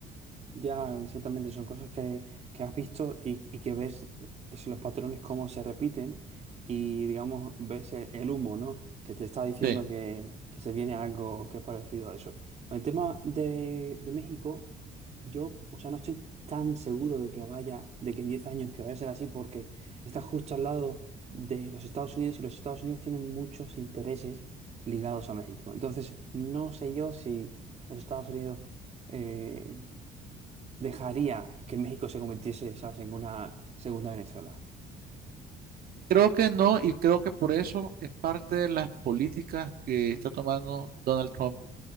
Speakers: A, on the right (about 40°); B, on the right (about 60°).
A: Ya, exactamente, son cosas que, que has visto y, y que ves es los patrones cómo se repiten y, digamos, ves el, el humo, ¿no? Que te está diciendo
B: Sí.
A: que, que se viene algo que es parecido a eso. Con el tema de, de México, yo, o sea, no estoy tan seguro de que vaya, de que en 10 años que vaya a ser así porque está justo al lado de los Estados Unidos y los Estados Unidos tienen muchos intereses ligados a México. Entonces, no sé yo si los Estados Unidos eh, dejaría que México se convirtiese, ¿sabes?, en una segunda Venezuela.
B: Creo que no, y creo que por eso es parte de las políticas que está tomando Donald Trump